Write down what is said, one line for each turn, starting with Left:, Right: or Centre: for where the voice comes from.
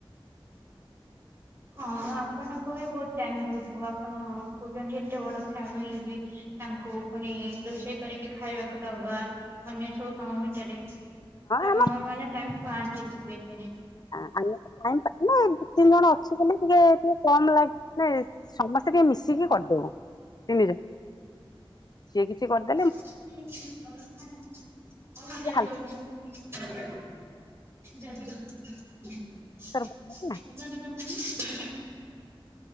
Right: ହଁ ଆପଣଙ୍କୁ ବି ବହୁତ ଟାଇମ ଦୋଉଥିବ ଆପଣ କହୁଛନ୍ତି ଏତେ ବଡ ଫ୍ୟାମିଲ ବି। ତାଙ୍କୁ ପୁଣି ରୋଷେଇ କରିକି ଖାଇବାକୁ ଦବା ଅନ୍ୟ ସବୁ କାମ ଭିତରେ। ତ ମାମା
Left: ଆମ
Right: ମାନେ ଟାଇମ ପାନ୍ତିନି <unintelligible>
Left: ଆମେତ ଟାଇମ ପାଉନା ଏ ଦି ତିନି ଜଣ ଅଛୁ ବୋଲି ଟିକେ ଟିକେ କମ ଲାଗେ। ସମସ୍ତେ ଟିକେ ମିଶିକି କରିଦୋଉ ତିନି ଜଣ ସିଏ କିଛି କରିଦି
Right: <unintelligible>
Left: ଟିକେ ହାଲକା
Right: <unintelligible>
Left: ଆଚାର ପକେଇଦେଲି ନା